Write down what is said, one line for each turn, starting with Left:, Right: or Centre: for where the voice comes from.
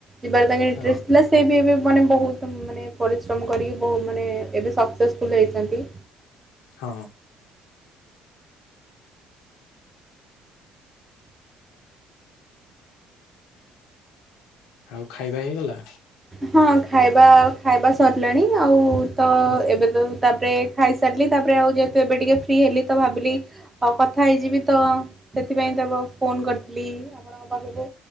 Right: ଯିବାର ତାଙ୍କର ଇଣ୍ଟରେଷ୍ଟ୍
Left: ହଁ
Right: ଥିଲା ସେ ବି ଏବେ ମାନେ ବହୁତ ମାନେ ପରିଶ୍ରମ କରିକି ବହୁ ମାନେ ଏବେ ସକ୍ସେସଫୁଲ ହେଇଛନ୍ତି।
Left: ହଁ। ଆଉ ଖାଇବା ହେଇଗଲା?
Right: ହଁ ଖାଇବା ଖାଇବା ସରିଲାଣି ଆଉ ତ
Left: ହୁଁ,
Right: ଏବେ ତ ତାପରେ ଖାଇସାରିଲି ତାପରେ ଆଉ ଯେହେତୁ ଏବେ ଟିକେ ଫ୍ରି ହେଲି ତ ଭାବିଲି ଆଉ କଥା ହେଇଯିବି ତ ସେଥିପାଇଁ ତବେ ଫୋନ କରିଥିଲି ଲି ଆପଣଙ୍କ ପାଖକୁ।